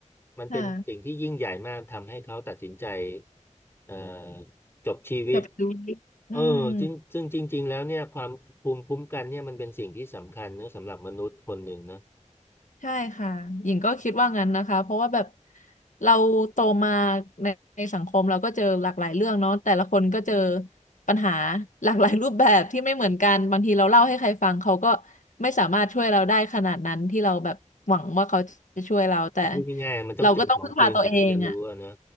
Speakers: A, on the left (about 20°); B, on the left (about 80°).
A: มันเป็นสิ่งที่ยิ่งใหญ่มากทำให้เขาตัดสินใจ
B: ค่ะ
A: เอ่อ จบชีวิต
B: จะไปดูดิอืม
A: เออจริงซึ่งจริงๆ แล้วเนี่ยความภูมิคุ้มกันเนี่ยมันเป็นสิ่งที่สำคัญเนอะสำหรับมนุษย์คนหนึ่งเนอะ
B: ใช่ค่ะหญิงก็คิดว่างั้นนะคะเพราะว่าแบบเราโตมาในในสังคมเราก็เจอหลากหลายเรื่องเนาะแต่ละคนก็เจอปัญหาหลากหลายรูปแบบที่ไม่เหมือนกันบางทีเราเล่าให้ใครฟังเขาก็ไม่สามารถช่วยเราได้ขนาดนั้นที่เราแบบหวังว่าเขาจะช่วยเรา แต่
A: คือพูดง่ายๆมันต้องเจอของจริงถึงจะรู้อะเนอะ
B: เราก็ต้องพึ่งพาตัวเองอ่ะ